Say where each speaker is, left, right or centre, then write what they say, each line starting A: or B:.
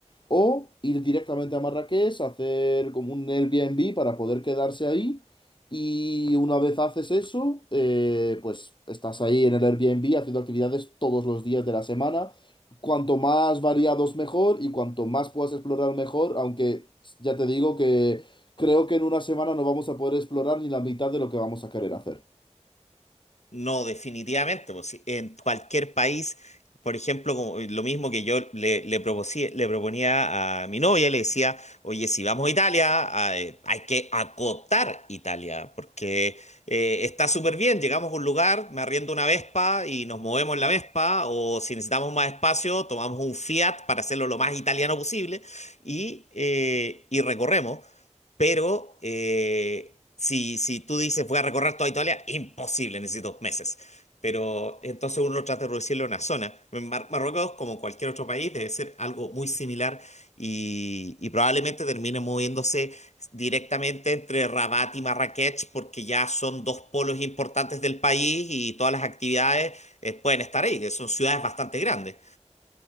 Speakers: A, on the left; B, on the left.
A: o ir directamente a Marrakech, hacer como un Airbnb para poder quedarse ahí. Y una vez haces eso, eh, pues estás ahí en el Airbnb haciendo actividades todos los días de la semana. Cuanto más variados mejor y cuanto más puedas explorar mejor, aunque ya te digo que creo que en una semana no vamos a poder explorar ni la mitad de lo que vamos a querer hacer.
B: No, definitivamente, pues, sí, en cualquier país, por ejemplo, como, eh, lo mismo que yo le, le, propusí- le proponía a mi novia, le decía, oye, si vamos a Italia, ah, eh, hay que acotar Italia, porque eh, está súper bien, llegamos a un lugar, me arriendo una Vespa y nos movemos en la Vespa, o si necesitamos más espacio, tomamos un Fiat para hacerlo lo más italiano posible y, eh, y recorremos. Pero eh, si, si tú dices voy a recorrer toda Italia, imposible, necesito meses. Pero entonces uno trata de reducirlo a una zona. En Mar- Marruecos, como cualquier otro país, debe ser algo muy similar y, y probablemente termine moviéndose directamente entre Rabat y Marrakech porque ya son dos polos importantes del país y todas las actividades eh, pueden estar ahí, que son ciudades bastante grandes.